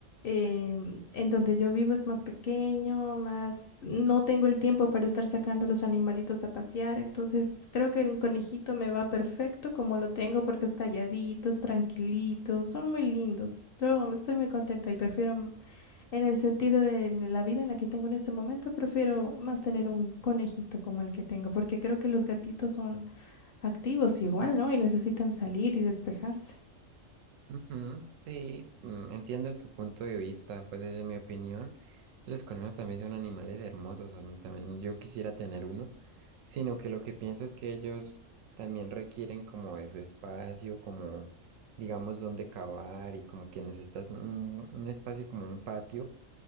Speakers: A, on the left; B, on the right.
A: em, en donde yo vivo es más pequeño, más no tengo el tiempo para estar sacando a los animalitos a pasear. Entonces, creo que el conejito me va perfecto como lo tengo, porque es calladito, es tranquilito, son muy lindos. Yo estoy muy contenta y prefiero en el sentido de la vida en la que tengo en este momento, prefiero más tener un conejito como el que tengo, porque creo que los gatitos son activos igual, ¿no? Y necesitan salir y despejarse.
B: Ujú, sí, mm, entiendo tu punto de vista, pues desde mi opinión, los conejos también son animales hermosos, am- también yo quisiera tener uno, sino que lo que pienso es que ellos también requieren como de su espacio, como digamos donde cavar y como que necesitas un, un espacio como un patio